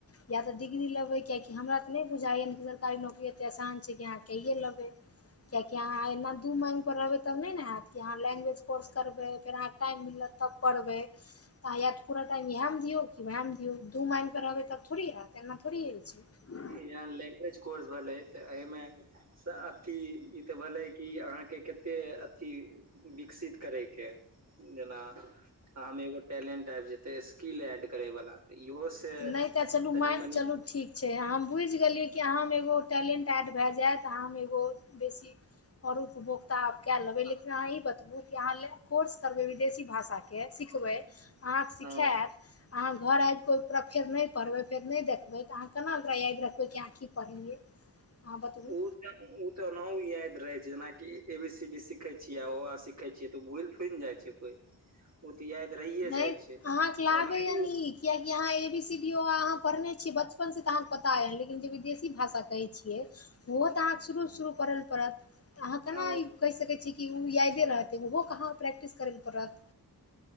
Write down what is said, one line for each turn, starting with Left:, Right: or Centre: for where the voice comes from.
Left: तऽ डिग्री लेबै कियकि हमरा तऽ नहि बुझाइयए ने कि सरी नौकरी एते आसान छै, कि अहाँ कहियए लेबै किएकि अहाँ एना दू मेन पर रहबै तब नहि ने हैत कि अहाँ लैंग्वेज कोर्स करबै फेर अहाँकेँ टाइम मिलत तब करबै तऽ य पूरा टाइम इएहमे दिऔ कि ओएह मे दि दू मान पर रहबै तब थोड़ी हयत एना थोरी होइ छै।
Right: या लैंग्वेज कोर्स भेलै तऽ एहिमे से अथि ई तऽ भेलै कि अहाँकेँ कतेक अथि विकसित करयेक जेना अमे एगो टैलेंट आबि जेते स्किल एड करै वला तऽ इहो। ते
Left: तऽ नहि तऽ चलू
Right: तनि
Left: मानि
Right: मनि।
Left: चलू ठीक छै, हम बुझि गेलियै कि अहाँ हम एगो टैलेंट ऐड भऽ जायत अहाँ हम एगो बेसी ओर उपभोकता आब कऽ
Right: छै।
Left: लेबै लेकिन अह ई बतबू कि अहाँ ले कोर्स करबै विदेशी भाषा के सिखबै अहाँकेँ सिखायत
Right: हँ
Left: अहाँ घर आबि कऽ फेर नहि पढ़बै फेर नहि देखबै तऽ अहाँ केना ओकरा याद रखबै कि अहाँ कि पढ़लियै। अहाँ बतबू
Right: ओ। ओ तना याद रहे छै, जेनाकि एबीसीबी सिखे छियै ओ सिखे छियै तऽ भुल खुनि जाइ छै, कोइ ओ तऽ याद रहिए
Left: नहि
Right: जाइ छै,
Left: अहाँके लागैए
Right: तऽ ओनहि
Left: नीक किएकि अहाँ एबीसीडी ओ अहाँ पढ़ने छियै बचपनसँ तऽ अहाँकेँ पता यए लेकिन जे विदेशी भाषा कहै छियै। ओहो तऽ अहाँकेँ शुरू शुरू करै लए पड़त। तऽ अहाँ केना
Right: आ।
Left: ई कहि सकैत छियै, कि ओ यादे रहतै ओहो कहाँ प्रैक्टिस करै लए पड़त।